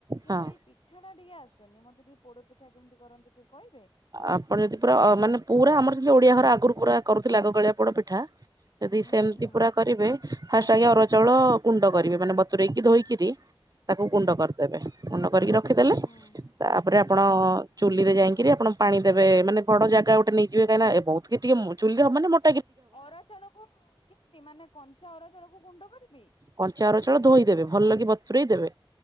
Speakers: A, on the left; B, on the right.
A: କିନ୍ତୁ
B: ହଁ
A: ଏଇ ପି ଠାଟା ଟିକେ ଆସେନି ମତେ ଟିକେ ପୋଡ ପିଠା କେମତି କରନ୍ତି ଟିକେ କହିବେ।
B: ଆପଣ ଯଦି ପୁରା ଅ ମାନେ ପୁରା ଆମର ଯେନ୍ତି ଓଡିଆ ଘର ଆଗରୁ ପୁରା କରୁଥିଲେ ଆଗ କାଳିଆ ପୋଡ ପିଠା ଯଦି
A: ହୁଁ
B: ସେମତି
A: ହୁଁ ହୁଁ
B: ପୁରା କରିବେ ଫାଷ୍ ଚାଇଁଆ ଅରୁଆ ଚାଉଳ ଗୁଣ୍ଡ କରିବେ ମାନେ ବତୁରେଇକି ଧୋଇକିରି ତାକୁ
A: ହୁଁ
B: ଗୁଣ୍ଡ କରିଦେବେ ଗୁଣ୍ଡ କରିକି ରଖିଦେଲେ
A: ହୁଁ
B: ତାପରେ
A: ଆଜ୍ଞା
B: ଆପଣ ଚୁଲିରେ ଯାଇଁକିରି ଆପଣ ପାଣି ଦେବେ ମାନେ ବଡ ଜାଗା ଗୋଟେ ନେଇଯିବେ କାହିଁନା ଏ ବୋହୁତ କି ଟିକେ ମୋ ଚୁଲିରେ ହବ ମାନେ ମୋ
A: ଅରୁଆ ଚାଉଳକୁ କିମତି ମାନେ କଞ୍ଚା ଅରୁଆ ଚାଉଳକୁ ଗୁଣ୍ଡ କରିବି।
B: କଞ୍ଚା ଅରୁଆ ଚାଉଳ ଧୋଇଦେବେ ଭଲ କିି ବତୁରେଇ ଦେବେ